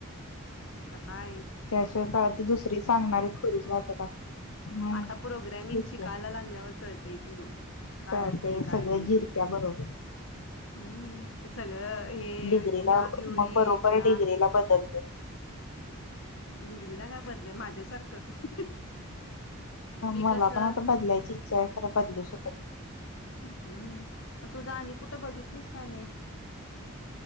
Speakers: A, on the left (about 60°); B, on the left (about 80°).
A: सकाळी
B: त्याशिय काळात त दुसरी सांगणारी खुळीच वाटत हम्म
A: आता प्रोग्रॅमिंग
B: तेच
A: शिकायला
B: की
A: लागल्यावर कळत मग काय
B: कळतय
A: असते काय
B: सगळं
A: नाही
B: जिरत्या
A: ते
B: बरोबर
A: हम्म हे सगळं हे
B: डिग्रीला
A: या क्युरी
B: मग बरोबर
A: त्या
B: डिग्रीला बदलतोय
A: निगरी ना काय बदल माझ्यासारखं मी
B: मला
A: कसं
B: पण आता बदलायची इच्छा आहे खरं बदलू शकत नाही
A: हम्म मग तुझा आणि कुठं बघितलीस का नाही